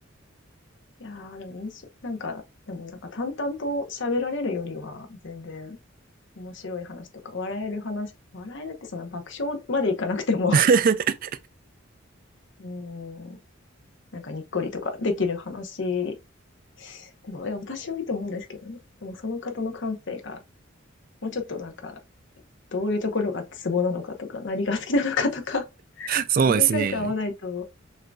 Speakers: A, on the left; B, on the right.
A: いやー、でも印象、なんか、でもなんか淡々と喋られるよりは、全然面白い話とか、笑える話、笑えるってその爆笑までいかなくても、
B: <laughs>
A: <laughs> うん、なんかにっこりとかできる話でも、いや、私はいいと思うんですけどね。でも、その方の感性が、もうちょっとなんか、どういうところがツボなのかとか、何が好きなのかとか、<laughs>
B: そうですね。
A: 何回か会わないと、